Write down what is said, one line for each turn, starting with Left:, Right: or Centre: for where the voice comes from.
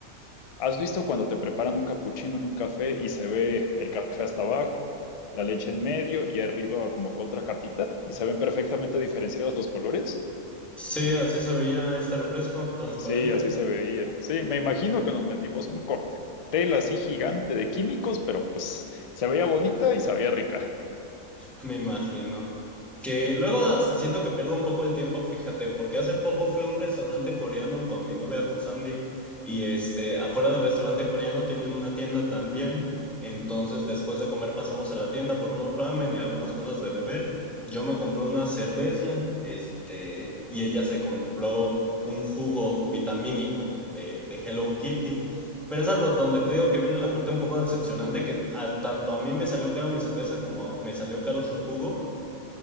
Left: ¿Has visto cuando te preparan un capuchino en un café y se ve el café hasta abajo, la leche en medio y arriba como que otra capita y se ven perfectamente diferenciados los colores?
Centre: Sí, así se veía este refresco, transparente.
Left: Sí, así se veía. Sí, me imagino que nos metimos un cóctel así gigante de químicos, pero pues se veía bonita y sabía rica.
Centre: <laughs> Me imagino. Que luego hasta siento que pierdo un poco el tiempo, fíjate, porque hace poco fui a un restaurante coreano con mi novia, con Sandy, y este, afuera del restaurante coreano tienen una tienda también. Entonces, después de comer pasamos a la tienda por unos ramen y algunas cosas de beber. Yo me compré una cerveza, este, y ella se compró un jugo vitamínico de, de Hello Kitty. Pero es a lo- donde te digo que viene la parte un poco decepcionante, que a- tanto a mí me salió caro mi cerveza como me salió caro su jugo.